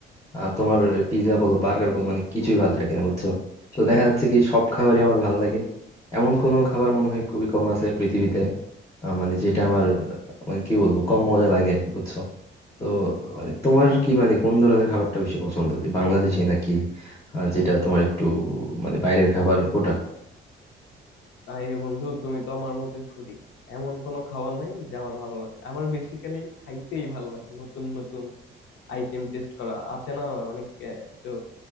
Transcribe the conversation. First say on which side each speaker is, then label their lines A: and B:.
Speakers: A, on the left (about 15°); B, on the left (about 75°).
A: আহ, তোমার পিৎজা বলো বার্গার বলো মানে কিছুই ভাত রাখি না বুঝছো তো দেখা যাচ্ছে কি সব খাবারই আমার ভালো লাগে এমন কোনো খাবার মনে হয় খুবই কম আছে পৃথিবীতে আহ, মানে যেটা আমার আহ, মানে কি বলবো কম মজা লাগে আর কি বুঝছো তো মানে তোমার কি মানে কোন ধরনের খাবারটা বেশি পছন্দ যে বাংলাদেশি নাকি আহ, যেটা তোমার একটু মানে বাইরের খাবার ওটা
B: তাই রে বন্ধু তুমি তো আমার মতোই ফুডি এমন কোনো খাবার নাই যে আমার ভালো লাগে আমার বেসিক্যালি খাইতেই ভালো লাগে নতুন নতুন আইটেম টেস্ট করা আছে না অনেক আহ, একটু